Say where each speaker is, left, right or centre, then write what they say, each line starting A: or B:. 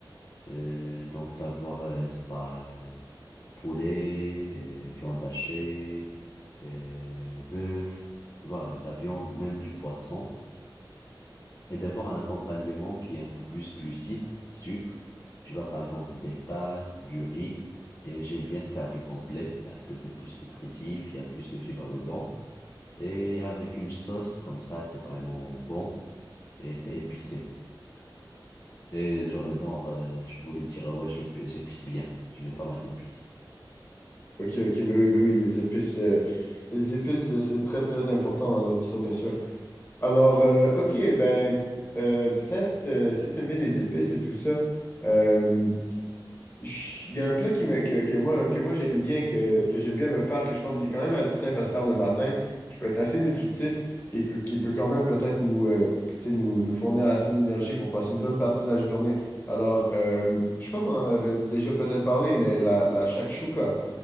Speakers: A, on the left; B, on the left.
A: Euh, donc, d'avoir euh, soit euh, poulet, euh, viande hachée, euh, bœuf, tu vois, la viande, même du poisson. et d'avoir un accompagnement qui est un peu plus glucide, sucre. Tu vois, par exemple, des pâtes, du riz. Et j'aime bien faire du complet parce que c'est plus nutritif, il y a plus de fibres dedans. Et avec une sauce comme ça, c'est vraiment bon et c'est épicé. Et genre, dans, euh, je voulais dire, euh, ouais, je l'ép- j'épice bien. Je mets pas mal d'épices.
B: Ok, ok, ben oui, ben oui, les épices, euh, les épices, euh, c'est très, très important dans la nourriture, bien sûr. Alors, euh, OK, ben, euh, peut-être euh, si tu aimes bien les épices et tout ça, euh, j- il y a un plat qui me- que, que moi, que moi j'aime bien, que, que j'aime bien me faire, que je pense qui est quand même assez simple à se faire le matin, qui peut être assez nutritif et peut- qui peut quand même peut-être nous, euh, tu sais, nous, nous fournir assez d'énergie pour passer une bonne partie de la journée. Alors, euh, je crois qu'on en avait déjà peut-être parlé, mais la, la shakshuka.